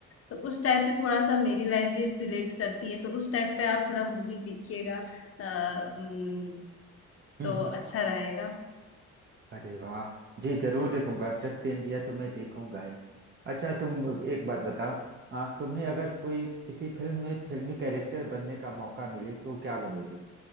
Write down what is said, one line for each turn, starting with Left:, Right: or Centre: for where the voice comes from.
Left: तो उस टाइप से थोड़ा सा मेरी लाइफ भी रिलेट करती है तो उस टाइप पे आप थोड़ा मूवी देखिएगा अ, उम,
Right: हम्म
Left: तो
Right: हम्म
Left: अच्छा रहेगा
Right: अरे वाह जी जरूर देखूंगा चक दे इंडिया तो मैं देखूंगा ही अच्छा तुम एक बात बताओ आ, तुम्हें अगर कोई किसी फिल्म में फिल्मी कैरेक्टर बनने का मौका मिले तो क्या बनोगे